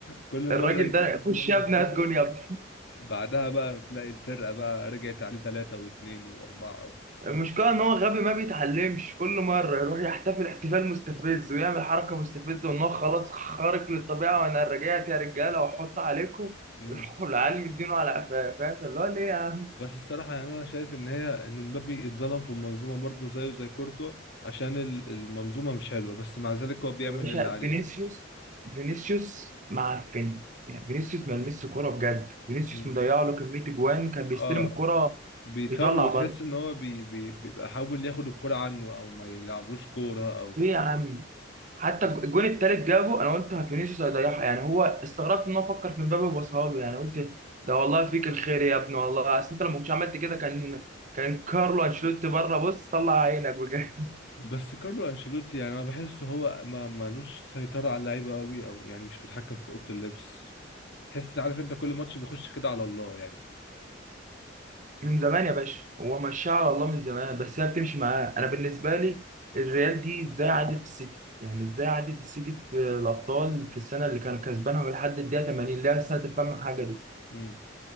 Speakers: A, on the left; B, on the right.
A: كل
B: الراجل
A: مرة يجيب
B: ده
A: الجون
B: خش يا
A: ويحتفل
B: ابني هات جون يا ابني
A: بعدها بقى تلاقي الفرقة بقى رجعت عليه ثلاثة واثنين وأربعة و...
B: المشكلة إن هو غبي ما بيتعلمش كل مرة يروح يحتفل احتفال مستفز ويعمل حركة مستفزة وإن هو خلاص خارق للطبيعة وأنا رجعت يا رجالة وأحط عليكم <laughs>
A: مم.
B: يروحوا العيال مدينه على قفاه فاهم اللي هو ليه يا عم
A: بس الصراحة يعني أنا شايف إن هي إن مبابي اتظلم في المنظومة برضه زيه زي كورتوا عشان ال- المنظومة مش حلوة بس مع ذلك هو بيعمل
B: يا باشا
A: اللي عليه
B: فينيسيوس فينيسيوس معفن يعني فينيسيوس ما لمسش كورة بجد فينيسيوس
A: مم.
B: مضيع له كمية أجوان كان بيستلم
A: اه
B: الكورة
A: بيتخانقوا
B: يطلع
A: وتحس
B: بره
A: إن هو بي... بي... بيبقى حاول ياخد الكرة عنه أو ما يلعبلوش كورة أو
B: ليه يا عم حتى الج- الجون التالت جابه انا قلت فينيسيوس هيضيعها يعني هو استغربت ان هو فكر في مبابي وباصها له يعني قلت ده والله فيك الخير يا ابني والله اصل انت لو ما كنتش عملت كده كان كان كارلو انشيلوتي بره بص طلع عينك بجد <laughs>
A: بس كارلو انشيلوتي يعني انا بحسه هو ما مالوش سيطرة على اللعيبة قوي او يعني مش متحكم في اوضة اللبس تحس عارف انت كل ماتش بيخش كده على الله يعني
B: من زمان يا باشا هو مشاه على الله من زمان بس هي بتمشي معاه انا بالنسبه لي الريال دي ازاي عدت السيتي يعني ازاي عدت السيتي في الابطال في السنه اللي كانت كسبانها لحد الدقيقه 80 اللي هي سنه الفم حاجه دي
A: امم